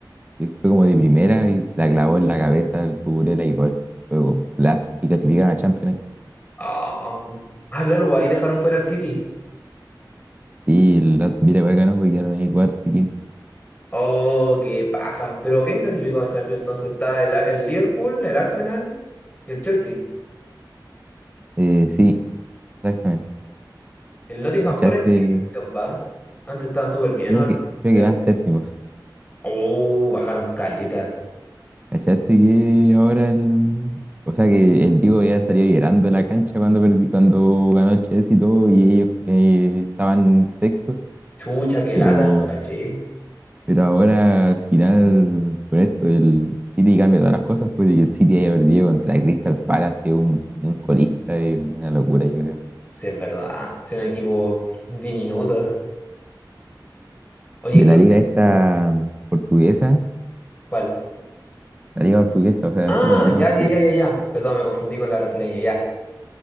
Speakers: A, on the right (about 20°); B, on the left (about 20°).
A: le fue como de primera y se la clavó en la cabeza al Cucurella y gol. Fue plazo y clasificaron a Champions League.
B: Ah, Ah, claro, pues ahí dejaron fuera al City.
A: Sí, el Aston Villa igual ganó porque quedaron ahí cuarto y quinto.
B: Oh, qué paja. Pero ¿quién clasificó a Champions? Entonces está el, el Liverpool, el Arsenal y el Chelsea.
A: Eh, sí, exactamente.
B: El Nottingham
A: ¿Cachaste?
B: Forest, ¿qué cuestión va? Antes estaba súper bien,
A: Creo
B: ahora.
A: que, creo
B: no.
A: que van séptimos.
B: Oh, bajaron caleta.
A: ¿Cachaste que ahora el... O sea que el Diego ya salió llorando de la cancha cuando perdi, cuando ganó el Chelsea y todo, y ellos eh, estaban sextos,
B: Chucha, qué
A: pero,
B: lata, no caché.
A: pero ahora al final, por esto, el City cambia todas las cosas, pues y el City haya perdido contra el Crystal Palace, que es un, un colista, es una locura, yo creo.
B: Sí, es verdad. Es un equipo diminuto. Oye,
A: De
B: ¿qué-
A: la liga esta portuguesa,
B: ¿cuál?
A: la liga portuguesa, o sea,
B: Ah,
A: sí, por la liga
B: ya,
A: portuguesa.
B: ya, ya, ya, ya. Perdón, me confundí con la brasileña, ya.